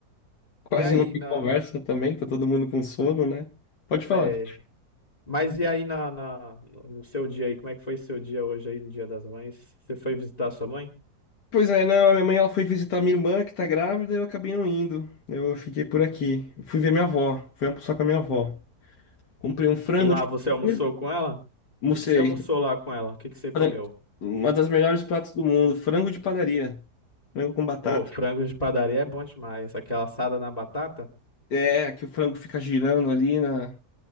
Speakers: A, on the left (about 85°); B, on the left (about 25°).
A: quase
B: E aí,
A: não tem
B: na...
A: conversa também, tá todo mundo com sono, né? Pode falar.
B: é, Mas e aí na, na- no seu dia aí, como é que foi seu dia hoje aí no Dia das Mães? Você foi visitar sua mãe?
A: Pois é, não, a minha mãe ela foi visitar minha irmã que tá grávida, eu acabei não indo. Eu fiquei por aqui. Fui ver minha avó, fui almoçar com a minha avó. Comprei um frango
B: E lá
A: de
B: você
A: padeira,
B: almoçou com ela? O
A: almocei.
B: que que você almoçou lá com ela? O que que você comeu?
A: Fran- Uma das melhores pratos do mundo, frango de padaria, frango com batata.
B: Ô, frango de padaria é bom demais. Aquela assada na batata?
A: É, que o frango fica girando ali na,